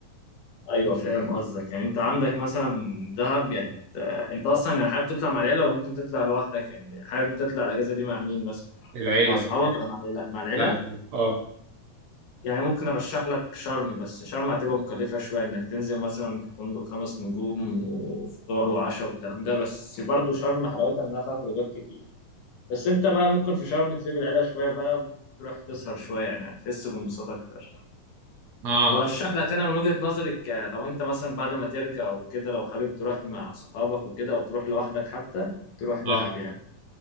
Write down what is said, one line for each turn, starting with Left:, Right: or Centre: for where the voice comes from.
Left: ايوه فاهم قصدك يعني انت عندك مثلا دهب يعني انت انت اصلا يعني حابب تطلع مع العيلة ولا ممكن تطلع لوحدك يعني حابب تطلع الاجازة دي مع مين مثلا
Right: العيله
Left: مع اصحابك ولا مع العيلة مع العيلة
Right: لا اه
Left: يعني ممكن ارشح لك شرم بس شرم هتبقى مكلفة شوية انك تنزل مثلا في فندق خمس نجوم وفطار وعشاء والكلام ده بس برضه شرم حلاوتها انها فيها خروجات كتير بس انت بقى ممكن في شرم تسيب العيله شويه بقى وتروح تسهر شويه يعني هتحس بانبساط اكتر
Right: اه
Left: ورشح لك انا من وجهه نظري ك- لو انت مثلا بعد ما ترجع وكده لو حابب تروح مع صحابك وكده او تروح لوحدك حتى تروح دهب
Right: اه
Left: يعني